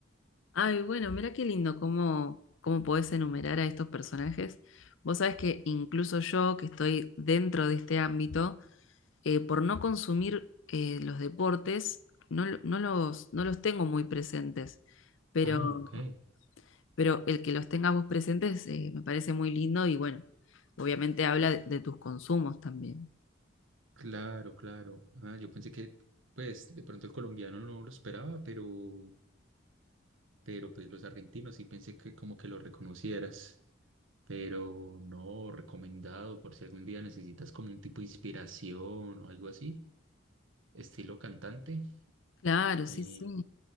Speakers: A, on the left; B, on the right.
A: Ay, bueno, mira qué lindo cómo, cómo podés enumerar a estos personajes. Vos sabés que incluso yo, que estoy dentro de este ámbito, eh, por no consumir eh, los deportes, no, lo- no los, no los tengo muy presentes. Pero,
B: Ah, ok.
A: pero el que los tengas vos presentes eh, me parece muy lindo y bueno, obviamente habla de de tus consumos también.
B: Claro, claro. Ah, yo pensé que, pues, de pronto el colombiano no lo esperaba, pero, pero pues los argentinos sí pensé que como que lo reconocieras, pero no, recomendado por si algún día necesitas como un tipo de inspiración o algo así, estilo cantante,
A: Claro,
B: eh,
A: sí, sí.